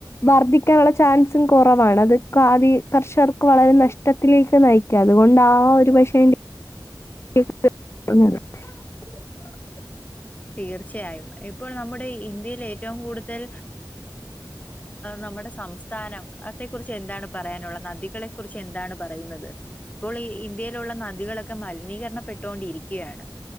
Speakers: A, on the left (about 35°); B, on the left (about 20°).
A: വർദ്ധിക്കാനുള്ള ചാൻസും കുറവാണ് അത് കാതി കർഷകർക്ക് വളരെ നഷ്ടത്തിലേക്ക് നയിക്കാതെ അതുകൊണ്ട ആ ഒരു പക്ഷേ <unintelligible>
B: തീർച്ചയായും ഇപ്പോൾ നമ്മുടെ ഇന്ത്യയിൽ ഏറ്റവും കൂടുതൽ നമ്മുടെ സംസ്ഥാനം അത കുറിച്ച് എന്താണ് പറയാനുള്ള നദികളെ കുറിച്ച് എന്താണ് പറയുന്നത് ഇപ്പോൾ ഈ ഇന്ത്യയിലുള്ള നദികളൊക്കെ മലിനീകരണപ്പെട്ടുകൊണ്ടിരിക്കുകയാണ്